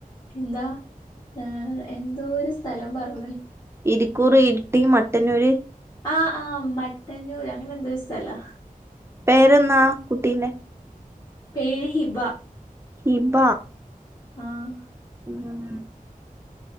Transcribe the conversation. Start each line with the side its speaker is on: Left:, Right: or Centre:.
Left: എന്താ ഏഹ് എന്തോ ഒരു സ്ഥലം പറഞ്ഞു
Right: ഇരിക്കൂറ് ഇരുട്ടി മ ട്ടനൂര്
Left: ആഹ് ആഹ് മട്ടന്നൂര് അങ്ങനെ എന്തോരു സ്ഥലാ
Right: പേരെന്നാ കുട്ടീന്റെ
Left: പേര് ഹിബ
Right: ഹിബ
Left: ആഹ്
Right: ഉം